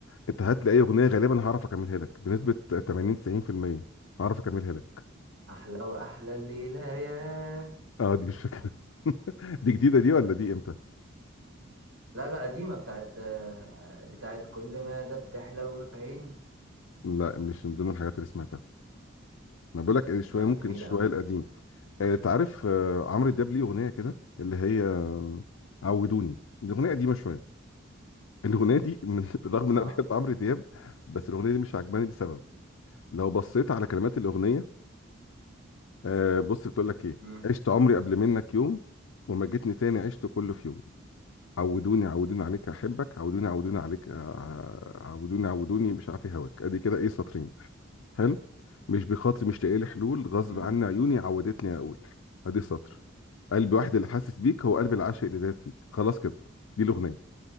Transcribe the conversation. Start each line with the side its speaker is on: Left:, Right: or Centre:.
Left: انت هات لي اي اغنيه غالبا هعرف اكملها لك بنسبه 80 90% هعرف اكملها لك
Right: احلى واحلى الليله ياه
Left: اه دي مش فاكره <laughs> دي جديده دي ولا دي امتى
Right: لا لا قديمة بتاعت آه، بتاعت كل ما ده بتحلو في عيني
Left: لا مش من ضمن الحاجات اللي سمعتها ما بقول لك شويه
Right: لا
Left: ممكن
Right: جميلة
Left: شويه
Right: أوي
Left: القديم آه، تعرف آه، عمرو دياب ليه اغنيه كده اللي هي آه، عودوني دي اغنيه قديمه شويه الاغنيه دي من <laughs> رغم
Right: اه
Left: ان انا بحب عمرو دياب بس الاغنيه دي مش عجباني لسبب لو بصيت على كلمات الاغنيه آه بص بتقول لك ايه
Right: مم.
Left: عشت عمري قبل منك يوم وما جيتني تاني عشت كله في يوم عودوني عودوني عليك احبك عودوني عودوني عليك آه، عودوني عودوني مش عارف إيه هواك ادي كده ايه سطرين حلو مش بخاطري مش لاقي لي حلول غصب
Right: مم.
Left: عني عيوني عودتني اقول ادي سطر قلبي واحد اللي حاسس بيك هو قلب العاشق اللي داب فيك خلاص كده دي الاغنيه